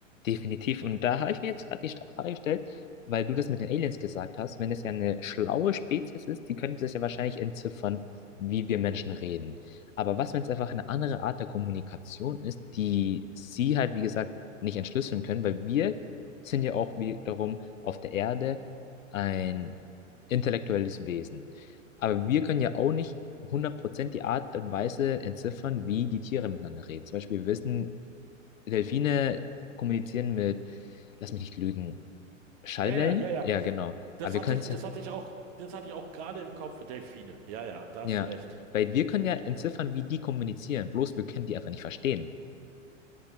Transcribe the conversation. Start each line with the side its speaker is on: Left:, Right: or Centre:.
Left: Definitiv. Und da habe ich mir jetzt gerade die Frage gestellt, weil du das mit den Aliens gesagt hast, wenn es ja eine schlaue Spezies ist, die könnte das ja wahrscheinlich entziffern, wie wir Menschen reden. Aber was, wenn es einfach eine andere Art der Kommunikation ist, die sie halt, wie gesagt, nicht entschlüsseln können, weil wir sind ja auch wiederum auf der Erde ein intellektuelles Wesen. Aber wir können ja auch nicht hundert Prozent die Art und Weise entziffern, wie die Tiere miteinander reden. Zum Beispiel, wir wissen, Delfine kommunizieren mit, lass mich nicht lügen, Schallwellen?
Right: Ja, ja, ja, ja.
Left: Ja, genau.
Right: Das
Left: Aber wir
Right: hatte
Left: können
Right: ich,
Left: es
Right: das
Left: ja,
Right: hatte ich auch, das hatte ich auch gerade im Kopf, Delfine. Ja, ja, da hast
Left: ja,
Right: du recht.
Left: weil wir können ja entziffern, wie die kommunizieren. Bloß wir können die einfach nicht verstehen.